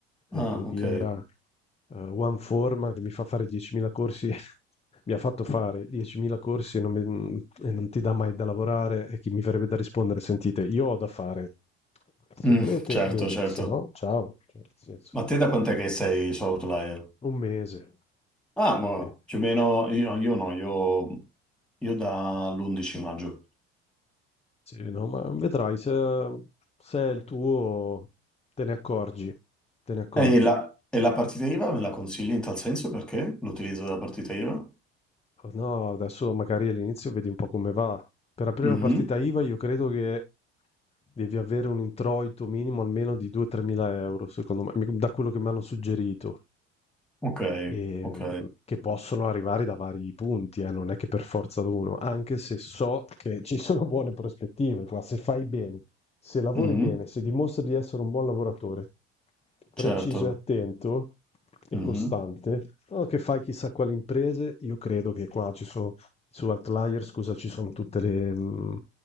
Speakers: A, on the left (about 20°); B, in the centre.
A: e
B: Ah,
A: poi chi
B: ok.
A: era eh, OneForma che mi fa fare 10.000 corsi, <laughs> mi ha fatto fare 10.000 corsi e non, mi- e non ti dà mai da lavorare e chi mi verrebbe da rispondere, sentite, io ho da fare, se
B: Mm,
A: volete
B: certo,
A: bene,
B: certo.
A: se no ciao, Cioè, nel senso,
B: Ma te da quant'è che sei su Outlier?
A: un mese.
B: Ah, ma
A: Sì,
B: più o meno io, io no, io, io dall'11 maggio.
A: Sì, no, ma vedrai se, se è il tuo, te ne accorgi, te ne accorgi.
B: E la, e la partita IVA me la consigli in tal senso perché l'utilizzo della partita IVA?
A: Oh, No, adesso magari all'inizio vedi un po' come va. Per aprire
B: Mhm.
A: una partita IVA io credo che devi avere un introito minimo almeno di 2-3 mila euro, secondo me, mi- da quello che mi hanno suggerito
B: Ok,
A: ehm,
B: ok.
A: che possono arrivare da vari punti, eh, non è che per forza d'uno, anche se so che <laughs> ci sono buone prospettive, ma se fai bene, se lavori
B: Mhm.
A: bene, se dimostri di essere un buon lavoratore, preciso
B: Certo.
A: e attento e
B: Mhm.
A: costante, o che fai chissà quali imprese, io credo che qua ci sono, su Outlier, scusa, ci sono tutte le, mm,